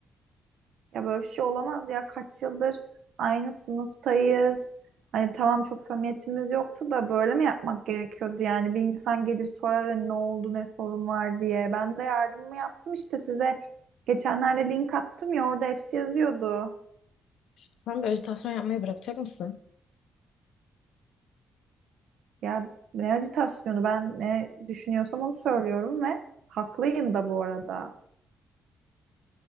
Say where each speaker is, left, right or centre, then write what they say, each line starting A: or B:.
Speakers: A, on the right; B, on the left.
A: Ya böyle bir şey olamaz ya. Kaç yıldır aynı sınıftayız. Hani tamam çok samimiyetimiz yoktu da böyle mi yapmak gerekiyordu yani? Bir insan gelir sorar hani ne oldu ne sorun var diye. Ben de yardımımı yaptım işte size. Geçenlerde link attım ya orada hepsi yazıyordu.
B: Sen de ajitasyon yapmayı bırakacak mısın?
A: Ya ne acitasyonu ben ne düşünüyorsam onu söylüyorum ve haklıyım da bu arada.